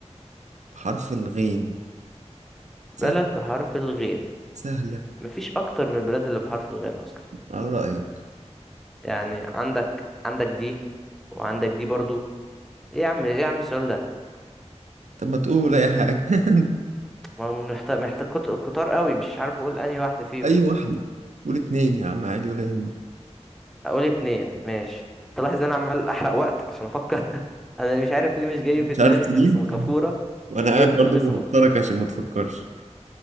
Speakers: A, on the right; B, in the centre.
A: بحرف الغين سهلة
B: بلد بحرف الغين
A: سهلة
B: مفيش اكتر من البلاد اللي بحرف الغين اصلا
A: على رأيك
B: يعني عندك عندك دي وعندك دي برضو ايه يا عم ايه يا عم السؤال ده
A: طب ما تقول اي حاجة <laughs>
B: ما هو محتاج محتاج كت- كتار قوي مش عارف اقول انهي واحدة فيهم
A: اي واحدة قول اتنين يا عم عادي ولا يهمك
B: هقول اتنين ماشي تلاحظ ان انا عمال احرق وقت عشان افكر <laughs> انا مش عارف ليه مش جاي
A: مش
B: في دماغي
A: عارف تجيب
B: غير سنغافورة
A: وانا قاعد
B: جاي في
A: برضه
B: دماغي
A: بوترك
B: سنغ...
A: عشان ما تفكرش